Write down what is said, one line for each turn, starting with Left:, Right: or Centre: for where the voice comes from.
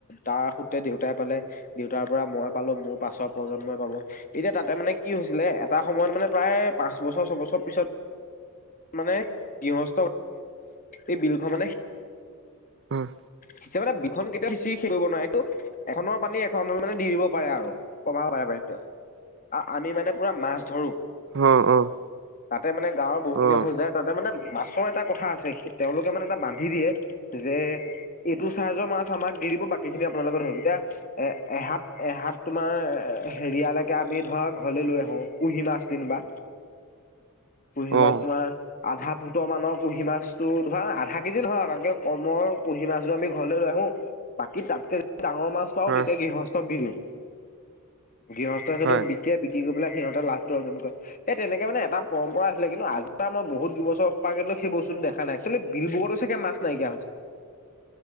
Left: তাৰ সুত্ৰে দেউতাই পালে। দেউতাৰ পৰা মই পালো মোৰ পাছৰ প্ৰজন্মই পাব এতিয়া তাতে মানে কি হৈছিলে, এটা সময়ত মানে প্ৰায় পাঁচ বছৰ ছয়বছৰ পিছত মানে গৃহস্থ এই বিলখন মানে
Right: অ'।
Left: সিচি মানে বিলখন কেতিয়া সিচি শেষ কৰিব নোৱাৰেটো এখনৰ পানী এখনত মানে দি দিব পাৰে আৰু, কমাব পাৰে পানীতো। আ আমি মানে পুৰা মাছ ধৰোঁ,
Right: অ', অ',
Left: তাতে মানে গাঁৱৰ বহুখিনি
Right: অ',
Left: মানুহ যায় তাতে মানে মাছৰ এটা কথা আছে, তেওঁলোকে মানে এটা বান্ধি দিয়ে যে এইটো চাইজৰ মাছ আমাক দি দিব, বাকীখিনি আপোনালোকে ধৰিব। এতিয়া এ এহাত এহাত তোমাৰ হেৰিয়ালৈকে আমি ধৰা ঘৰলে লৈ আহো কুঁহি মাছ দিন বা কুঁহিমাছ
Right: অ',
Left: তোমাৰ আধা ফুটৰ মানৰ কুঁহি মাছটো ধৰা আধা কেজি নহয় তাতকে কমৰ কুঁহি মাছটো আমি ঘৰলৈ লৈ আহো বাকী তাতকে য ডাঙৰ মাছ পাওঁ
Right: হয়,
Left: তেতিয়া গৃহস্থক দি দিওঁ। গৃহস্থই সেইতো
Right: হয়।
Left: বিকে বিক্ৰি কৰি পেলাই সিহঁতে লাভটো যেনেকৈ, এই তেনেকে মানে এটাৰম্পৰা আছিলে। কিন্তু আজি পা মই বহুত বছৰ পা কিন্তু সেই বস্তুতো দেখা নাই বিল বোৰতো চাগে মাছ নাইকিয়া হৈছে।